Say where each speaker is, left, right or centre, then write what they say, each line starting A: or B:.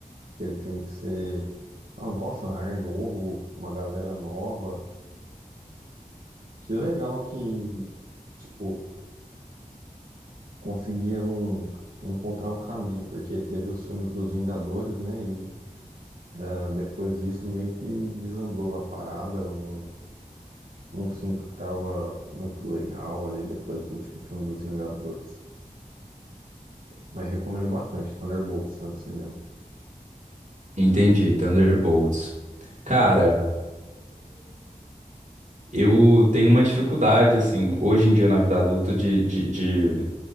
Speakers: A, on the right; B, on the right.
A: Aquele filme que você. Ah, nossa, um ar novo, uma galera nova. Que legal que, tipo, conseguiram encontrar um caminho, porque teve os filmes dos Vingadores, né? E ah, depois disso meio que desandou a parada. Eu não, não sinto que tava muito legal ali depois do último filme dos Vingadores. Mas recomendo bastante, Thunderbolts, está no cinema.
B: Entendi, Thunderbolts. Cara, eu tenho uma dificuldade, assim, hoje em dia na vida adulta, de, de, de